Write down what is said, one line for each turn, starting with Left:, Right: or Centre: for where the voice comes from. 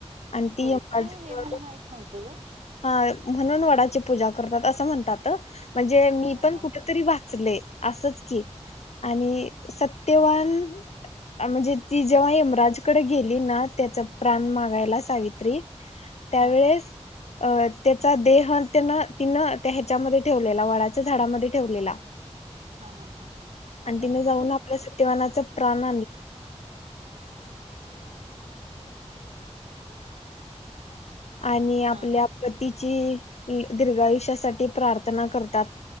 Left: आणि ती
Right: होय
Left: यमराज
Right: काय हे मला माहित नव्हतं ग!
Left: हा म्हणून वडाची पूजा करतात असं म्हणतात. म्हणजे मी
Right: हा
Left: पण
Right: हा
Left: कुठेतरी
Right: हा
Left: वाचलेय. असंच की आणि... सत्यवान..
Right: हा
Left: म्हणजे ती जेव्हा यमराज कडे गेली ना त्याचा प्राण मागायला सावित्री त्यावेळेस,
Right: हा हा
Left: अ त्याचा देह त्यानं तिनं त्या ह्याच्यामध्ये ठेवलेला वडाच्या झाडामध्ये ठेवलेला
Right: हा हा हा हा हा असं
Left: आणि तिने
Right: आहे होय
Left: जाऊन आपल्या सत्यवानाचा प्राण <inaudible>
Right: हा
Left: आपल्या
Right: हा
Left: पतीची, दीर्घा आयुष्यासाठी प्रार्थना करतात.